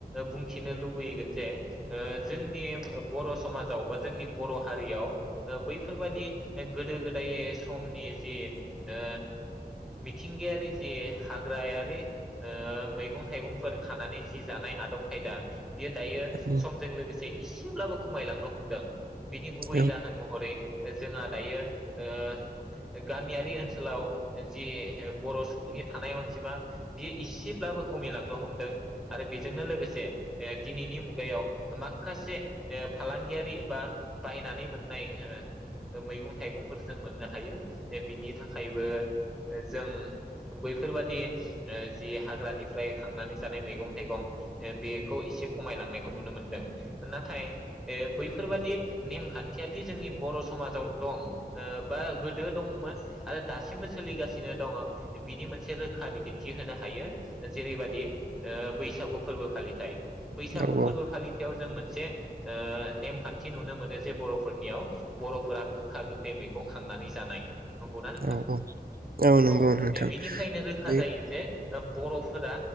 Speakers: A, in the centre; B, on the right.
A: बुंथिनो लुबैगोन जे ओ जोंनि बर समाजाव बा जोंनि बर हारियाव ओ बैफोरबादि गोदो गोदाय समनि जे ओ मिथिंगायारि जे हाग्रायारि ओ मैगं-थ थाइगंफोर खानानै जि जानाय आदब खायदा बियो दायो
B: औ
A: समजों लोगोसे इसेब्लाबो खमायलांनो हमदों बिनि गुबै
B: औ
A: जाहोन महरै जोंहा दायो ओ गामियारि ओनसोलाव जि बर सुबुंनि थानाय अनजिमा बियो एसेब्लाबो खमिलांनो हमदों। आरो बेजोंनो लोगोसे ए दिनैनि मुगायाव माखासे फालांगियारि बा बायनानै मोननाय ओ मैगं- थाइगंफोर जों मोननो हायो बिनि थाखायबो जों बैफोरबादि जि हाग्रानि <unintelligible> खांनानै जानाय मैगं-थाइगं बेखौ एसे खमायलांनायखौ नुनो मोनदों नाथाय ए बैफोरबादि नेमखान्थियादि जोंनि बर समाजाव दं ओ बा गोदो दंमोन आरो दासिमबो सोलिगासिनो दङ बिनि मोनसे रोखा बिदिन्थि होनो हायो। जेरैबादि बैसागु फोरबो फालिथाय। बैसागु
B: औ
A: फोरबो फालिथायाव जों मोनसे - जे ओ मोनसे नेमखान्थि नुनो मोनो जे बर फोरनियाव बर फोरा गोखा-गोखै मैगं खांनानै जानाय। नंगौना नोंथां
B: औ औ नंगौ
A: औ
B: नोंथां
A: बिनिफ्रायनो रोखा
B: बे
A: जायो जे ओबरफ फोरा